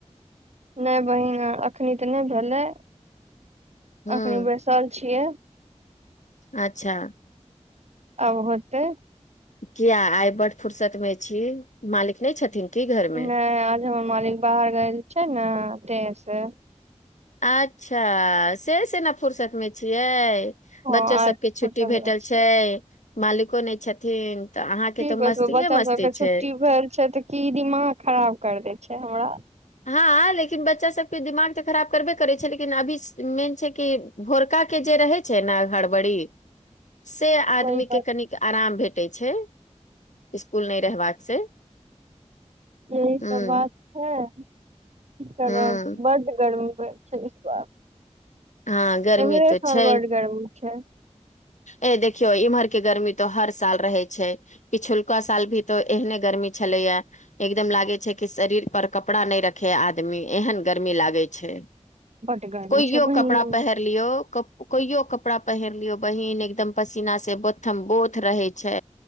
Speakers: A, on the right; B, on the left.
A: नहि बहीन एखन तऽ नहि भेलै
B: हूं
A: अखनी बैसल छियै
B: अच्छा
A: आबतऽ
B: किया आइ बड फुरसत मे छी मालिक नहि छथिन की घर मे
A: नहि आज हमर मालिक बाहर गेल छै ने तेश से
B: अच्छा से सेना फुरर्सत मे छियै
A: हँ
B: बच्चो
A: आज
B: सबके छुट्टी
A: फुरसत
B: भेटल
A: मे छियै
B: छै मालिको नहि छथिन तऽ अहाँके
A: की
B: तऽ
A: बतबै
B: मस्तीए
A: बच्चा
B: मस्ती
A: सबके छुट्टी
B: छै
A: भेल छै तऽ की दिमाग खराब कर दे छै छै हमरा
B: हँ लेकिन बच्चा सभके दिमाग तऽ खराब करबे करै छै लेकिन अभी मेन छै कि भोरकाके जे रहै छै ने हड़बड़ी से आदमी
A: कोइ बात
B: के कनिक आराम भेट इसकुल नहि रहबाक से
A: यह सब
B: ह
A: बात छै क करब
B: ह
A: बड गर्म छस ब
B: हँ गर्मी
A: एमे
B: तो छै
A: सल वर्ड गरम छै
B: ए देखियौ इम्हर के गर्मी तो हर साल रहै छै पिछुलका साल भी तो एहने गर्मी छलैया एकदम लागे छै कि शरीर पर कपड़ा नहि रखे आदमी एहन गर्मी लागे छै
A: बड गर्मी
B: कोइयो
A: छै बहिन
B: कपड़ा पहिर लियौ कोइो कप कपड़ा पहनलियऔ बहिन एकदम पसीना से बोथम बोथ रहे छै